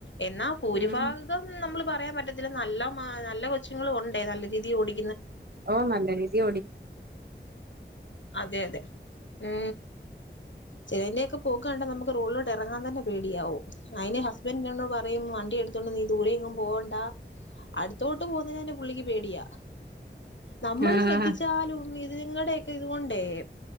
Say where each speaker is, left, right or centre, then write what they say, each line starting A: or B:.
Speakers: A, on the left; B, on the right.
A: എന്നാ ഭൂരിഭാഗം
B: ഉം
A: നമ്മള് പറയാൻ പറ്റത്തില്ല നല്ല മ നല്ല കൊച്ചുങ്ങളുണ്ടെ നല്ല രീതിൽ ഓടി
B: ഓ നല്ല രീതി ഓടി
A: അതെ അതെ ഏ ചിലതിന്റെ ഒക്കെ പോക്‌ കാണ്ട നമുക്ക് റോഡിലോട്ട് ഇറങ്ങാൻ തന്ന പേടിയാവും അയ്യ്ന് ഹസ്ബന്റി പറയും വണ്ടിയെടുത്തു കൊണ്ട് നീ ദൂരെ എങ്ങും പോണ്ടാ അടുത്തോട്ട് പോന്നേനുതന്നെ പുള്ളിക്ക് പേടിയാ നമ്മൾ
B: ആഹ്
A: ശ്രദ്ധിച്ചാലും ഉ നിങ്ങടെ ഇതുകൊണ്ടേ